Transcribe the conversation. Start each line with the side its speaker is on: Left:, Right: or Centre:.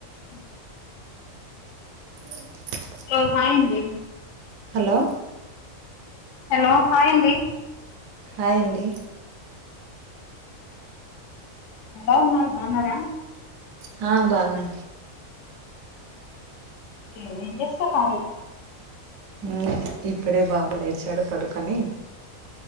Left: హ్
Right: ఉ
Left: ఓ హాయ్ యింది
Right: హలో
Left: హెలో హాయ్ యింది
Right: హాయ్ అండి
Left: ఎలా ఉన్నారుా బావున్నారా
Right: హా బాన్న
Left: ఏ ఏం జేస్తున్నారు
Right: ఉమ్ ఇప్పుడే బాబు లేచాడు పడుకని